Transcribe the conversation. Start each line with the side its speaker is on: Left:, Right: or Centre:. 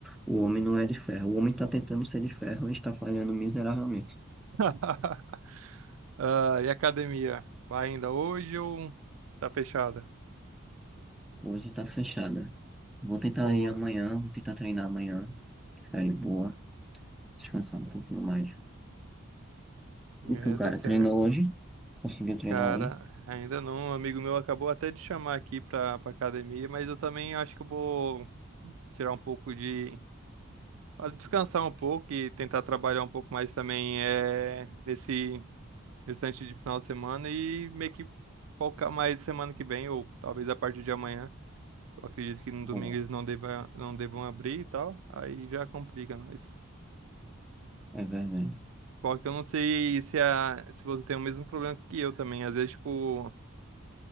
Centre: o homem não é de ferro. O homem está tentando ser de ferro e está falhando miseravelmente.
Right: <laughs> Ah, e a academia? Vai ainda hoje ou tá fechada?
Centre: Hoje está fechada. Vou tentar
Right: Boa.
Centre: ir amanhã, vou tentar treinar amanhã, ficar de boa, descansar um pouquinho mais. E
Right: É,
Centre: tu, cara,
Right: tá certo.
Centre: treinou hoje? Conseguiu treinar
Right: Cara,
Centre: hoje?
Right: ainda não. Um amigo meu acabou até de chamar aqui pra, pra academia, mas eu também acho que eu vou tirar um pouco de para descansar um pouco e tentar trabalhar um pouco mais também é, nesse restante de final de semana e meio que focar mais semana que vem, ou talvez a partir de amanhã. Eu acredito que no
Centre: Boa,
Right: domingo eles não devam, não devam abrir e tal, aí já complica, mas.
Centre: é verdade.
Right: Só que eu não sei se, a, se você tem o mesmo problema que eu também. Às vezes, tipo,